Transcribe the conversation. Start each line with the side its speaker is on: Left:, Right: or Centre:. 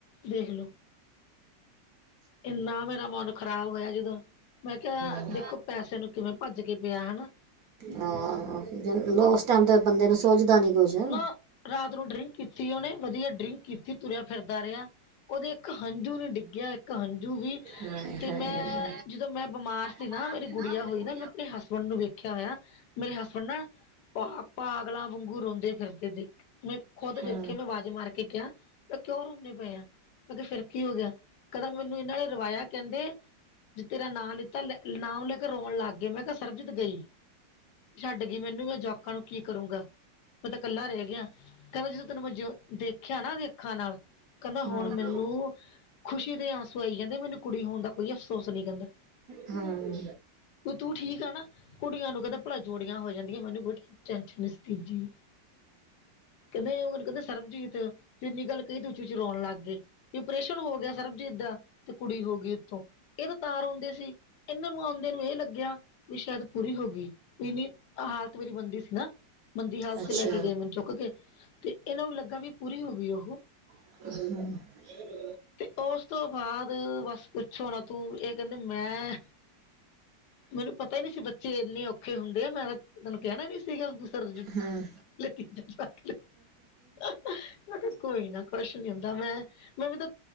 Left: ਵੇਖ ਲਓ ਏਨਾ ਮੇਰਾ ਮਨ ਖ਼ਰਾਬ ਹੋਇਆ ਜਦੋਂ ਮੈਂ ਕਿਹਾ
Right: ਹੂੰ
Left: ਦੇਖੋ ਪੈਸੇ ਨੂੰ ਕਿਵੇਂ ਭੱਜ ਕੇ ਪਿਆ ਹੈਨਾ
Right: ਹੰ ਉਸ ਟਾਈਮ ਤੇ ਬੰਦੇ ਨੂੰ ਸੁਝਦਾ ਨੀ ਕੁਝ ਹਾਂ
Left: ਨਾ ਰਾਤ ਨੂੰ ਡਰਿੰਕ ਕੀਤੀ ਉਹਨੇ ਵਦੀਆ ਡਰਿੰਕ ਕਿੱਥੇ ਤੁਰਿਆ ਫਿਰਦਾ ਰਿਹਾ, ਉਹਦੇ ਇੱਕ ਹੰਝੂ ਨ ਡਿੱਗਿਆ, ਇੱਕ ਹੰਝੂ ਵੀ
Right: ਹਾਏ
Left: ਤੇ
Right: ਹਾਏ
Left: ਮੈਂ
Right: ਹਾਂ
Left: ਜਦੋਂ ਮੈਂ ਬਿਮਾਰ ਸੀ
Right: ਹਾਂ
Left: ਨਾ ਮੇਰੀ ਗੁੜੀਆ
Right: ਹਾਂ ਹਾਂ
Left: ਹੋਈ ਨਾ ਮੈਂ ਆਪਨੇ ਹਸਬੈਂਡ ਨੂੰ ਵੇਖਿਆ ਹੋਇਆ ਮੇਰੇ ਹਸਬੈਂਡ ਨਾ ਪਾ ਪਾਗਲਾਂ ਵਾਂਗੂ ਰੋਂਦੇ ਫਿਰਦੇ ਦੇਖ ਮੈਂ ਖੁਦ
Right: ਹਾਂ
Left: ਵੇਖੇ ਮੈਂ ਆਵਾਜ਼ ਮਾਰ ਕੇ ਕਿਆ ਕਿਉਂ ਰੋਨੇ ਪਏ ਆ ਮੈਂ ਕਿਹਾ ਫਿਰ ਕੀ ਹੋ ਗਿਆ ਕੈਦਾ ਮੈਨੂੰ ਇਹਨਾਂ ਨੇ ਰਵਾਇਆ ਕਹਿੰਦੇ ਜੇ ਤੇਰਾ ਨਾਂਅ ਲਿੱਤਾ ਨਾਮ ਲੈ ਕੇ ਰੋਣ ਲੱਗ ਗਏ ਮੈਂ ਕਿਹਾ ਸਰਬਜੀਤ ਗਈ ਛੱਡ ਗਈ ਮੈਨੂੰ ਮੈਂ ਜੋਆਕਾਂ ਨੂੰ ਕੀ ਕਰੂੰਗਾ ਪਤਾ ਇਕੱਲਾ ਰਹਿ ਗੇਆ ਕਹਿੰਦਾ ਜਦੋਂ ਤੈਨੂੰ ਮੈਂ ਦੇਖਿਆ ਨਾ ਖਾਂਨਾ ਨਾਲ ਕਹਿੰਦਾ ਹੁਨ
Right: ਹਾਂ ਹਾਂ
Left: ਮੈਨੂੰ ਖੁਸ਼ੀ ਦੇ ਆਸੂ ਆਈ ਜਾਂਦੇ ਮੈਨੂੰ ਕੁੜੀ ਹੋਨ ਦਾ ਕੋਈ ਅਫਸੋਸ ਨਹੀਂ ਕਹਿੰਦੇ
Right: ਹੰ
Left: ਵੀ ਤੂੰ ਠੀਕ ਐ ਨਾ ਕੁੜੀਆਂ ਨੂੰ ਕਹਿੰਦਾ ਭਲਾ ਜੋੜੀਆਂ ਹੋ ਜਾਂਦੀਆਂ ਮੈਨੂੰ ਕੋਈ ਟੈਨਸ਼ਨ ਨੀ ਸੀ ਜੀ ਕਹਿੰਦੇ ਉਹਨੂੰ ਕਹਿੰਦੇ ਸਰਬਜੀਤ ਇੰਨੀ ਗੱਲ ਕਹੀ ਦ ਉਚੀ ੳਚੀ ਰੋਨ ਲੱਗ ਗਏ ਵੀ ਪ੍ਰੇਸ਼ਨ ਹੋ ਗਿਆ ਸਰਬਜੀਤ ਦਾ ਤੇ ਕੁੜੀ ਹੋ ਗਈ ਉੱਥੋਂ ਇਹ ਤਾਂ ਤਾੰ ਰਉਂਦੇ ਸੀ ਇਹਨਾਂ ਨੂੰ ਆਉਂਦੇ ਨੂੰ ਇਹ ਲੱਗਿਆ ਵੀ ਸ਼ਾਇਦ ਪੂਰੀ ਹੋ ਗਈ ਵੀ ਇਨੀ ਹਾਲਤ ਮੇਰੀ ਮੰਦੀ ਸੀ ਨਾ ਮੰਦੀ ਹਾਲਤ
Right: ਅੱਛਾ
Left: ਤੇ ਲੈ ਕੇ ਗਏ ਮੈਨੂੰ ਚੁੱਕ ਕੇ ਤੇ ਇਹਨਾਂ ਨੂੰ ਲੱਗਾ ਵੀ ਪੂਰੀ ਹੋ ਗਈ ਉਹ
Right: ਹ <unintelligible>
Left: ਤੇ ਉਸ ਤੋਂ ਬਾਅਦ ਬਸ ਪੁੱਛੋ ਨਾ ਤੂੰ ਇਹ ਕਹਿੰਦੇ ਮੈਂ ਮੈਨੂੰ ਪਤਾ ਈ ਨੀ ਸੀ ਬੱਚੇ ਇੰਨੇ ਔਖੇ ਹੁੰਦੇ ਆ ਮੈਂ ਤਾਂ ਤੈਨੂੰ ਕਹਿਨਾ ਨੀ ਸੀਗਾ ਦੂਸਰੇ
Right: ਹਮ
Left: <unintelligible> ਮੈ ਕਿਆ ਕੋਈ ਨਾ ਕੁਛ ਨੀ ਹੁੰਦਾ ਮੈਂ ਮੈਂ ਵੀ ਤਾਂ